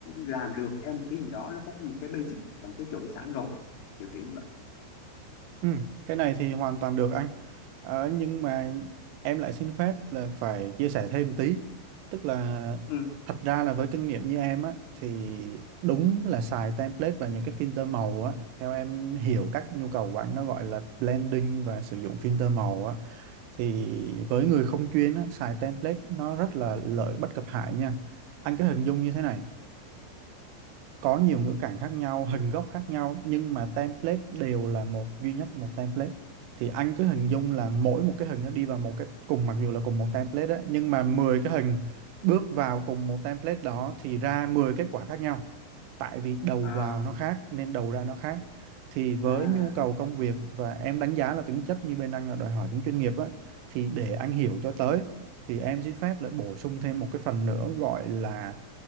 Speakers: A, on the left (about 75°); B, on the right (about 85°).
A: làm được theo một cái gì đó nó có một cái basic hoặc là một cái chuẩn sẵn rồi kiểu kiểu như vậy
B: ừ, cái này thì hoàn toàn được anh. Ờ, nhưng mà em lại xin phép là phải chia sẻ thêm tí. Tức là
A: ừ.
B: thật ra là với kinh nghiệm như em á thì đúng là xài template và những cái filter màu á, theo em hiểu các nhu cầu của anh nó gọi là blending và sử dụng filter màu á thì với người không chuyên á, xài template nó rất là lợi bất cập hại nha. Anh cứ hình dung như thế này có nhiều ngữ cảnh khác nhau hình gốc khác nhau nhưng mà template đều là một duy nhất một template thì anh cứ hình dung là mỗi một cái hình nó đi vào một cái cùng mặc dù là cùng một template đấy nhưng mà 10 cái hình bước vào cùng một template đó thì ra 10 kết quả khác nhau tại vì đầu
A: à,
B: vào nó khác nên đầu ra nó khác thì với
A: à,
B: nhu cầu công việc và em đánh giá là tính chất như bên anh là đòi hỏi tính chuyên nghiệp á thì để anh hiểu cho tới thì em xin phép lại bổ sung thêm một cái phần nữa gọi là